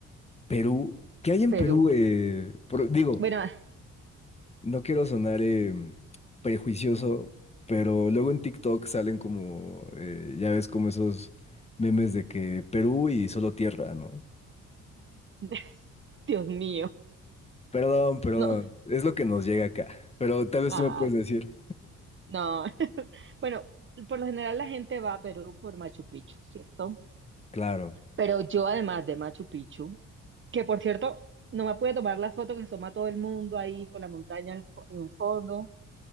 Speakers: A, on the left; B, on the right.
A: Perú. ¿Qué hay en
B: Perú.
A: Perú? eh? Por- digo,
B: Bueno, ah,
A: no quiero sonar eh, prejuicioso, pero luego en TikTok salen como, eh, ya ves, como esos memes de que Perú y solo tierra, ¿no?
B: <laughs> Dios mío.
A: Perdón, perdón.
B: No,
A: Es lo que nos llega acá. Pero tal vez
B: ah,
A: tú me puedes decir.
B: no. <laughs> Bueno, por lo general la gente va a Perú por Machu Picchu, ¿cierto?
A: Claro.
B: Pero yo además de Machu Picchu, que por cierto, no me pude tomar la foto que se toma todo el mundo ahí con la montaña al fo- en el fondo.